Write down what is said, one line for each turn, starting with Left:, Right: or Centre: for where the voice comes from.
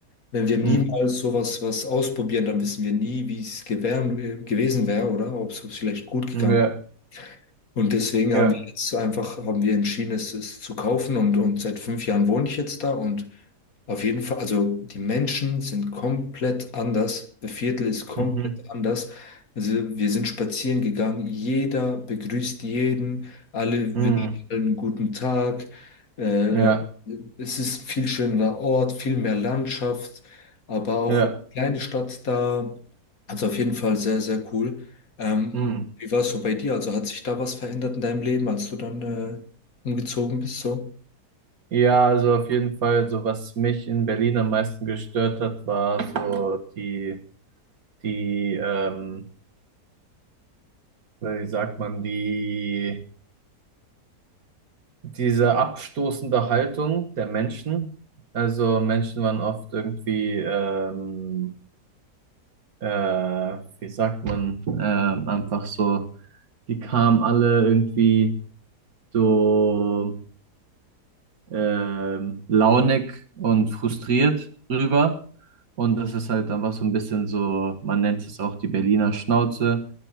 Left: wenn wir niemals
Right: Mhm.
Left: sowas was ausprobieren, dann wissen wir nie, wie es gewähren, gewesen wäre oder ob es vielleicht gut gegangen
Right: Ja.
Left: und deswegen
Right: Ja.
Left: haben wir jetzt einfach, haben wir entschieden, es, es zu kaufen und, und seit fünf Jahren wohne ich jetzt da und auf jeden Fall, also die Menschen sind komplett anders, das Viertel ist komplett
Right: Mhm.
Left: anders. Also wir sind spazieren gegangen, jeder begrüßt jeden, alle
Right: Mhm.
Left: wünschen allen einen guten Tag. Äh,
Right: Ja.
Left: es ist ein viel schönerer Ort, viel mehr Landschaft, aber auch
Right: Ja.
Left: eine kleine Stadt da. Also auf jeden Fall sehr, sehr cool. Ähm,
Right: Mhm.
Left: wie war es so bei dir? Also hat sich da was verändert in deinem Leben, als du dann äh, umgezogen bist, so?
Right: Ja, also auf jeden Fall, so was mich in Berlin am meisten gestört hat, war so die, die, ähm, wie sagt man, die, diese abstoßende Haltung der Menschen. Also Menschen waren oft irgendwie, ähm, äh, wie sagt man, ähm, einfach so, die kamen alle irgendwie so ähm, launig und frustriert rüber. Und das ist halt einfach so ein bisschen so, man nennt es auch die Berliner Schnauze.